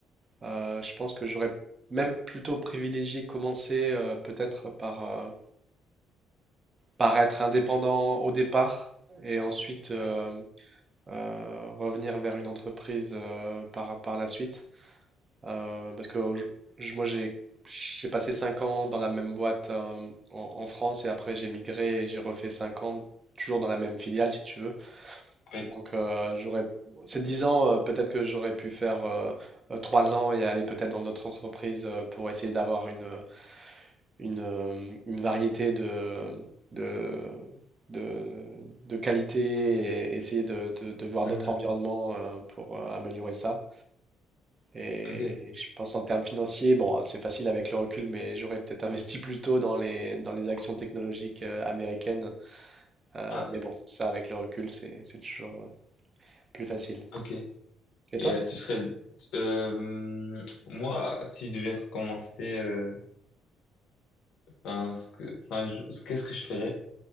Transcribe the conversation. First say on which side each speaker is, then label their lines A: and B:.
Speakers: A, on the right (about 35°); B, on the left (about 80°).
A: Euh, je pense que j'aurais même plutôt privilégié commencer euh, peut-être par, euh, par être indépendant au départ et ensuite
B: Ok.
A: euh, euh, revenir vers une entreprise euh, par, par la suite. Euh, parce que je- je- moi, j'ai j'ai passé 5 ans dans la même boîte euh, en, en France et après j'ai migré et j'ai refait 5 ans toujours dans la même filiale, si tu veux.
B: Oui.
A: Donc, euh, j'aurais ces 10 ans, euh, peut-être que j'aurais pu faire euh, euh, trois ans et aller peut-être dans d'autres entreprises euh, pour essayer d'avoir une, une, euh, une variété de, de, de, de qualité et essayer de, de- de voir
B: Mhm.
A: d'autres environnements euh, pour euh, améliorer ça. Et
B: Ok.
A: je pense en termes financiers, bon, c'est facile avec le recul, mais j'aurais peut-être investi plus tôt dans les, dans les actions technologiques euh, américaines. Euh,
B: Ah,
A: mais bon, ça avec le recul, c'est, c'est toujours euh, plus facile.
B: ok.
A: Et
B: Et
A: toi?
B: euh, tu serais euh, moi si je devais recommencer euh, enfin ce que enfin je- ce- qu'est-ce que je ferais?